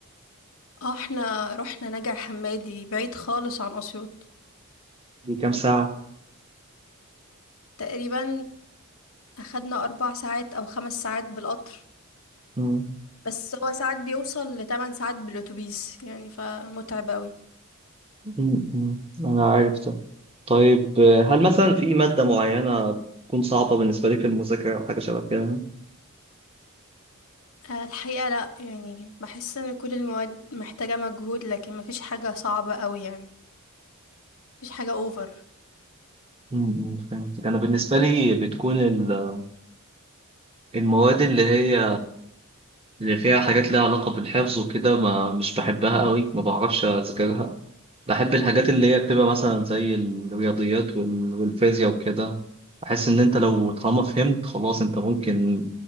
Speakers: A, on the left (about 65°); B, on the right (about 25°).
A: اه احنا رحنا نجع حمادي بعيد خالص عن أسيوط
B: دي كام ساعة؟
A: تقريبا أخدنا أربع ساعات أو خمس ساعات بالقطر
B: مم.
A: بس هو ساعات بيوصل لتمن ساعات بالأتوبيس يعني فمتعب أوي
B: مم. مم. انا عارف ده طيب آه، هل مثلا في مادة معينة تكون صعبة بالنسبة لي في المذاكرة أو حاجة شبه كده؟
A: آه، الحقيقة لا يعني بحس ان كل المواد محتاجة مجهود لكن مفيش حاجة صعبة قوي يعني مفيش حاجة اوفر
B: مم. مم. فهمتك أنا بالنسبة لي بتكون ال- المواد اللي هي اللي فيها حاجات ليها علاقة بالحفظ وكده ما مش بحبها قوي ما بعرفش أذاكرها بحب الحاجات اللي هي بتبقى مثلا زي الرياضيات وال- والفيزياء وكده بحس ان انت لو طالما فهمت خلاص انت ممكن